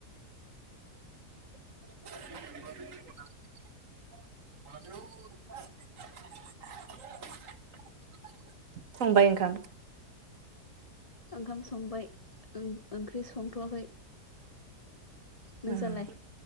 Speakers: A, on the right (about 55°); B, on the left (about 40°).
A: <inaudible> <unintelligible> संबाय ओखाम
B: ओंखाम संबाय ओं ओंख्रि संथ'वाखै नोंसालाय
A: <unintelligible>